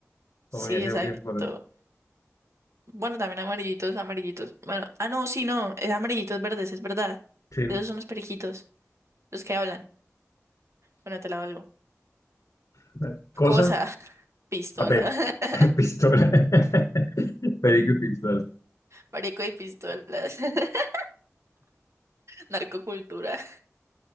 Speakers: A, on the left; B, on the right.
A: Como
B: Sí,
A: en ese.
B: exacto.
A: en color.
B: Bueno, también amarillitos, amarillitos. Bueno, ah, no, sí, no, es amarillitos verdes, es verdad.
A: Sí.
B: Esos son los periquitos, los que hablan. Bueno, te la valgo.
A: Dale. Cosa.
B: Cosa, <laughs> pistola,
A: Papel.
B: <laughs>
A: <laughs> Pistola. <laughs> Perico y pistola.
B: marico y pistolas, <laughs> narcocultura,